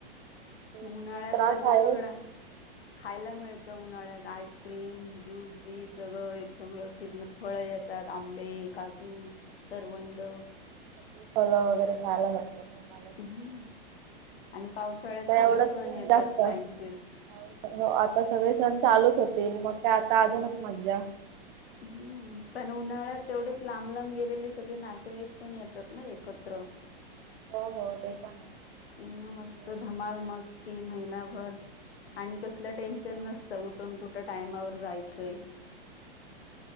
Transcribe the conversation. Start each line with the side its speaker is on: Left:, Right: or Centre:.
Right: ते तो
Left: उन्हाळ्यात
Right: त्रास
Left: तर
Right: आहेच.
Left: बरवला खायला मिळ त उन्हाळ्यात आईसक्रीम ज्यूस बी सगळं एकदम व्यवस्थित न फळ येतात, आंबे, काजू, करवं द
Right: <unintelligible> फल वगैरे खायाला भेटतात. उनाल्यात
Left: हम्म आणि पावसाळ्यात
Right: फक्त एवढच
Left: सगळे सण
Right: ऊन
Left: येतात
Right: जास्त,
Left: लाईनशीर
Right: पाऊस अ आता सगळे सण चालूच होतील मग त आता आजूनच मज्जा
Left: हम्म पण उन्हाळ्यात तेवढेच लांब लांब गेलेले सगळे नातेवाईक पण येतात ना एकत्र
Right: हो हो ते पण आहे.
Left: ह मस्त
Right: सगळे येतात
Left: धमाल मस्ती. महिना भर. आणि कसल
Right: फिरायला
Left: टेन्शन नसत उठून-कुठ टायमावर जायचय.